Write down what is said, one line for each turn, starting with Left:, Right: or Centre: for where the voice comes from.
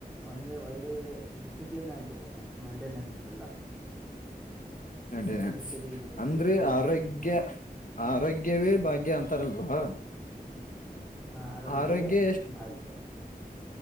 Centre: ಒಂದೆ ಒಳ್ಳೆ ಡಿಸಿಪ್ಲಿನ್ ಆಗಿರ್ಬೇಕು ಮೇಂಟೆನೆನ್ಸ್ ಎಲ್ಲ
Left: ಮೇಂಟೆನೆನ್ಸ್
Centre: ಸರಿ ಸರಿ ಇರಬೇಕು
Left: ಅಂದ್ರೆ
Centre: ಹ್ಞೂ
Left: ಆರೋಗ್ಯ ಆರೋಗ್ಯವೇ ಭಾಗ್ಯ ಅಂತ ತರಲ್ವಾ
Centre: ಆರೋಗ್ಯವೇ
Left: ಆರೋಗ್ಯ ಎಷ್ಟು
Centre: ಭಾಗ್ಯ